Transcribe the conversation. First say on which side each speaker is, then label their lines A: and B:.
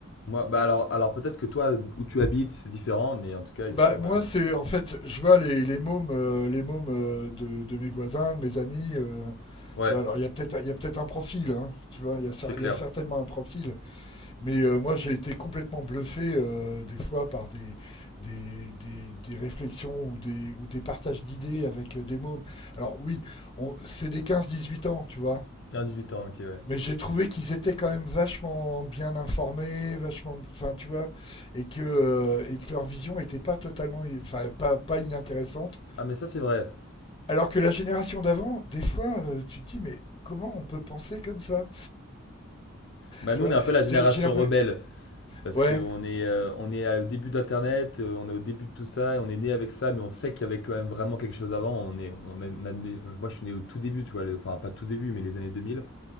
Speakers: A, on the left; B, on the left.
A: moi, bah alors, alors peut-être que toi, où tu habites, c'est différent, mais en tout cas ici,
B: Bah,
A: moi,
B: moi,
A: je-
B: c'est en fait, je vois les, les mômes, euh, les mômes euh, de, de mes voisins, de mes amis. euh,
A: ouais,
B: tu vois, alors il y a peut-être, il y a peut-être un profil, hein, tu vois, il y a, cer-
A: c'est clair.
B: il y a certainement un profil. Mais euh, moi, j'ai été complètement bluffé euh, des fois par des, des, des, des réflexions ou des, ou des partages d'idées avec euh, des mômes. Alors oui, on- c'est des quinze dix-huit ans, tu vois.
A: 15-18 ans, ok, ouais.
B: Mais j'ai trouvé qu'ils étaient quand même vachement bien informés, vachement, enfin tu vois, et que euh, et que leur vision était pas totalement, enfin pas pas inintéressante.
A: Ah mais ça c'est vrai.
B: Alors que la génération d'avant, des fois, euh, tu te dis mais comment on peut penser comme ça,
A: Bah
B: tu
A: nous,
B: vois
A: on est un peu la génération
B: J'ai j'ai l'impression.
A: rebelle. Parce
B: Ouais.
A: qu'on est, euh, on est au début d'Internet, euh, on est au début de tout ça, et on est né avec ça, mais on sait qu'il y avait quand même vraiment quelque chose avant. On est, on est- on a né- moi, je suis né au tout début, tu vois, le- enfin pas tout début, mais les années 2000.